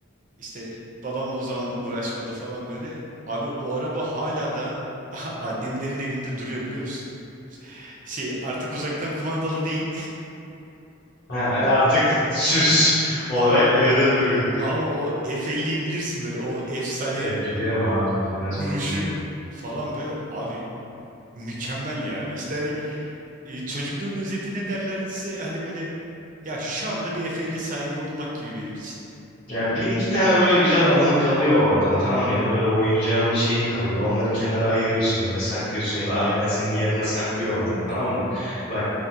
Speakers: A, on the right; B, on the left.
A: İşte babam o zaman uğraşmadı falan böyle. Abi o araba hala da <laughs> annemlerin evinde duruyor biliyor musun? Şey artık uzaktan kumandalı değil
B: Ha, artık süs
A: <laughs>
B: olarak
A: ama
B: evde duruyor.
A: ama o F50'yi bilirsin böyle o efsane
B: E, bilirim abi bilmez
A: duruşu
B: olur muyum ya?
A: falan böyle abi mükemmel ya. İşte hani e, çocukluğun özeti ne derlerse hani böyle ya şu anda bir F50 sahibi olmak gibi benim için.
B: Yani bir iki tane böyle güzel anın kalıyor oradan tamam mı? Ya da böyle oyuncağın bir şeyin kalıyor. Onları kenara ayırıyorsun böyle saklıyorsun ya da ailen
A: Evet,
B: senin yerine saklıyor onları tamam
A: evet.
B: mı? Bak